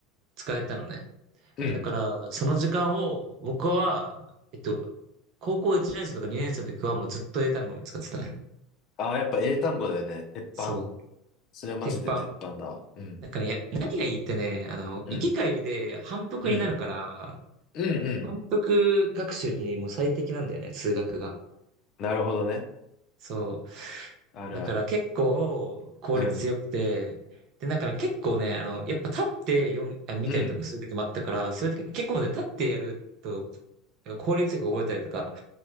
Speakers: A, on the right (about 50°); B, on the left (about 45°).
A: 使えたのね。
B: うん。
A: だから、その時間を僕は、えっと、高校1年生とか2年生の時はもうずっと英単語に使ってたね。
B: ああ、やっぱ英単語だよね。鉄板。
A: そう。
B: それはマジで鉄板だわ。
A: 鉄板。
B: うん。
A: なんかね、や何がいいってね、あの、
B: うん。
A: 行き帰りで反復になるから、
B: うん。うんうん。
A: 反復学習にもう最適なんだよね、数学が。
B: なるほどね。
A: そう。
B: あるある。
A: だから結構効率よくて、
B: うん。
A: で、だから結構ね、あの、やっぱ立って読ん、あ、見たりとかするときもあったから、
B: うん。
A: そういうとき結構ね、立ってやると、なんか効率よく覚えたりとか